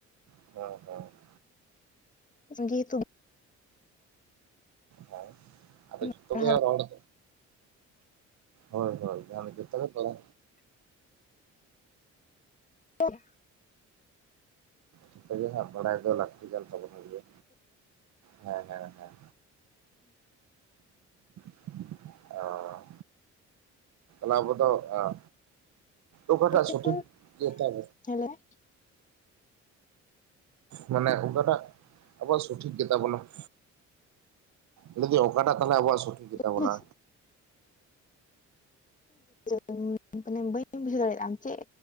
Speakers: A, on the right; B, on the left.
A: <unintelligible>
B: ᱡᱮ ᱡᱮᱦᱮᱛᱩ
A: ᱦᱮᱸ
B: ᱵᱟᱢ
A: ᱟᱫᱚ ᱡᱚᱛᱚ
B: ᱯᱟᱲᱦᱟᱣ
A: ᱜᱮ ᱨᱚᱲ ᱫᱚ ᱦᱳᱭ ᱦᱳᱭ ᱡᱚᱛᱚ <unintelligible>
B: <unintelligible>
A: ᱡᱚᱛᱚ ᱜᱮ ᱦᱟᱸᱜ ᱵᱟᱲᱟᱭ ᱫᱚ ᱞᱟᱹᱠᱛᱤ ᱠᱟᱱ ᱛᱟᱵᱚᱱ ᱜᱮᱭᱟ᱾ ᱦᱮᱸ ᱦᱮᱸ ᱦᱮᱸ <unintelligible> ᱚᱸ ᱛᱟᱦᱚᱞᱮ ᱟᱵᱚ ᱫᱚ ᱮᱸ ᱳᱠᱟᱴᱟᱜ
B: ᱡᱮᱢᱚᱱ
A: ᱥᱚᱴᱷᱤᱠ ᱜᱮᱛᱟᱵ᱾
B: <unintelligible>
A: ᱢᱟᱱᱮ ᱚᱠᱟᱴᱟᱜ ᱟᱵᱚᱣᱟᱜ ᱥᱚᱴᱷᱤᱠ ᱜᱮᱛᱟ ᱵᱚᱱᱟ ᱾ ᱞᱟᱹᱭ ᱫᱤᱧ ᱚᱠᱟᱴᱟᱜ ᱛᱟᱦᱚᱞᱮ ᱟᱵᱚᱣᱟᱜ ᱥᱚᱴᱷᱤᱠ ᱜᱮᱛᱟ ᱵᱚᱱᱟ?
B: ᱵᱟᱹᱧ ᱵᱟᱹᱧ ᱢᱟᱱᱮ ᱵᱟᱹᱧ ᱵᱩᱡᱷᱟᱹᱣ ᱫᱟᱲᱮᱭᱟᱜ-ᱟ ᱟᱢ ᱪᱮᱫ